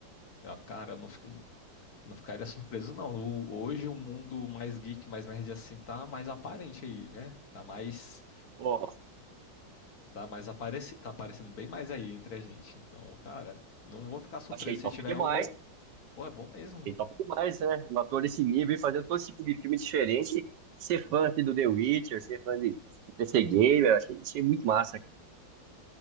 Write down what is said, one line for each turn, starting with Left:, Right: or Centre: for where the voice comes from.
Left: ah, cara, eu não, fi- não ficaria surpreso, não. O- hoje o mundo mais geek, mais nerd assim, tá mais aparente aí, né? Tá mais,
Right: Pô,
Left: tá mais apareci, tá aparecendo bem mais aí entre a gente. Então, cara, não vou ficar surpreso
Right: achei
Left: se
Right: top
Left: tiver
Right: demais.
Left: um... ou- Pô, é bom mesmo.
Right: Ele top demais, né? Um ator desse nível e fazendo todo tipo de filme diferente. Ser fã assim, do The Witcher, ser fã de de PC Gamer, achei, achei muito massa.